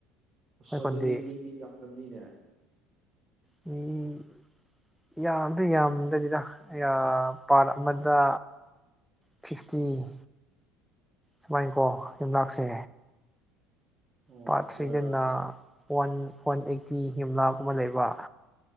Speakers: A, on the right (about 35°); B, in the centre.
A: ꯎꯁ
B: ꯈꯨꯟꯗꯤ
A: ꯑꯗꯨꯗꯤ ꯃꯤꯗꯤ ꯌꯥꯝꯔꯝꯅꯤꯅꯦ
B: ꯃꯤ ꯌꯥꯝꯗꯤ ꯌꯥꯝꯗꯔꯤꯗ ꯑꯩꯒ ꯄ꯭ꯔꯥꯠ ꯑꯃꯗ ꯐꯤꯐꯇꯤ ꯁꯨꯃꯥꯏꯅꯀꯣ ꯌꯨꯝꯅꯥꯛꯁꯦ
A: ꯑꯣ
B: ꯄꯥꯔꯠ
A: ꯑꯠꯆꯥ
B: ꯊ꯭ꯔꯤꯗꯅ ꯋꯥꯟ ꯋꯥꯟ ꯑꯩꯠꯇꯤ ꯌꯨꯝꯅꯥꯛꯀꯨꯝꯕ ꯂꯩꯕ